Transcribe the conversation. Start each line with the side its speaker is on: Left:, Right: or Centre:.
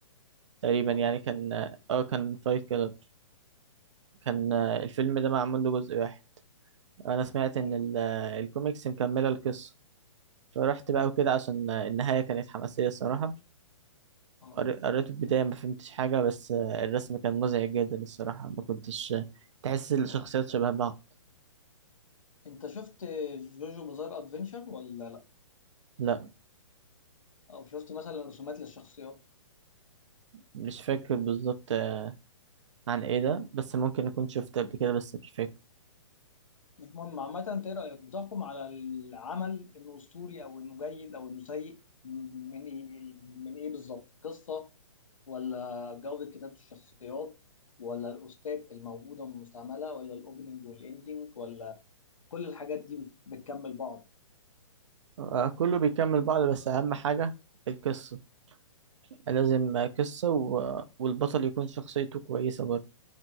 Right: تقريبا
Left: أه
Right: يعني كان اه آه، كان فايت كلاب كان آه الفيلم ده معمول له جزء واحد أنا سمعت إن
Left: ايوه
Right: ال- آه، الكوميكس مكملة القصة فرحت
Left: مم.
Right: بقى وكده عشان آه، النهاية كانت حماسية الصراحة
Left: أه
Right: قر- قريت البداية ما فهمتش حاجة بس آه، الرسم كان مزعج جدا الصراحة ما كنتش آه، تحس الشخصيات شبه بعض
Left: أنت شفت جوجو بازار أدفنشر ولا لأ؟
Right: لا
Left: أو شفت مثلا رسومات للشخصيات؟
Right: مش فاكر بالظبط آه، عن ايه ده بس ممكن اكون شفت قبل كده بس مش فاكر
Left: مش مهم عامة انت ايه رأيك بتحكم على العمل انه اسطوري او انه جيد او انه سيء من ايه من ايه بالظبط قصة ولا جودة كتابة الشخصيات ولا الأستاذ الموجودة المستعملة ولا الأوبننج والإندنج ولا كل الحاجات دي بت- بتكمل بعض
Right: آه، كله بيكمل بعض بس اهم حاجة القصة لازم آه، قصة و... والبطل يكون شخصيته كويسة برضه